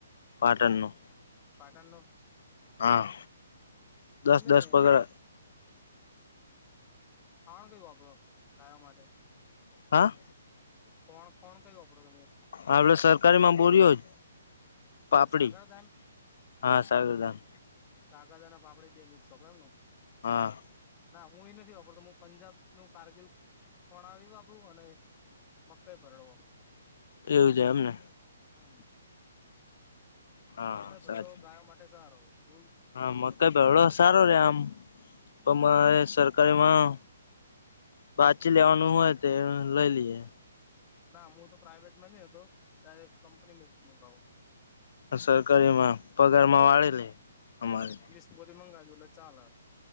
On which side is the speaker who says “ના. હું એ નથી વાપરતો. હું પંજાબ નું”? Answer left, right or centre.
Left